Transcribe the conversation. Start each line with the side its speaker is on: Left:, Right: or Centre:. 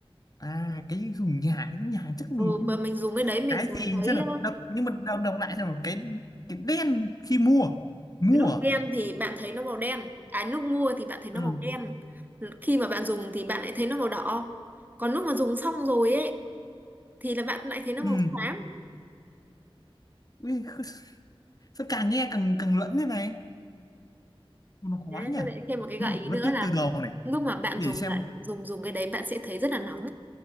Left: à cái dùng nhà cái nhà chắc mình
Right: ừ,
Left: không
Right: mà mình dùng cái đấy mình
Left: cái
Right: còn
Left: gì
Right: thấy
Left: xem nào
Right: ờ,
Left: đọc, nhưng mà đọc, đọc lại xem nào cái cái đen khi mua mua
Right: lúc
Left: à?
Right: đem thì bạn thấy nó màu đen à lúc mua thì bạn thấy nó
Left: ừ
Right: màu đen khi mà bạn dùng thì bạn lại thấy nó màu đỏ còn lúc mà dùng xong rồi ấy thì là bạn lại thấy nó
Left: ừ
Right: màu xám
Left: Ui, <laughs> sao càng nghe càng càng lẫn thế này nó khó
Right: thế
Left: nhỉ
Right: nó lại thêm một cái gợi
Left: nhưng mà
Right: ý
Left: phải
Right: nữa
Left: phân tích
Right: là
Left: từ đầu này
Right: lúc mà bạn
Left: để
Right: dùng
Left: xem
Right: lại dùng dùng cái đấy bạn sẽ thấy rất là nóng